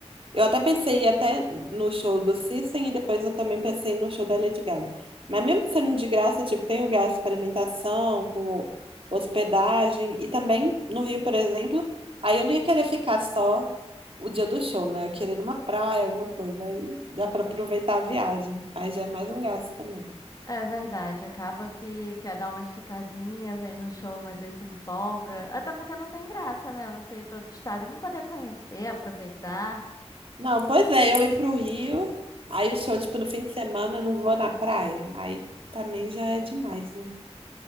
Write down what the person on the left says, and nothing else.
É verdade, acaba que quer dar uma esticadinha, vem no show, mas aí se empolga. Até porque não tem graça, né? Você ir para outro estado e não poder conhecer, aproveitar.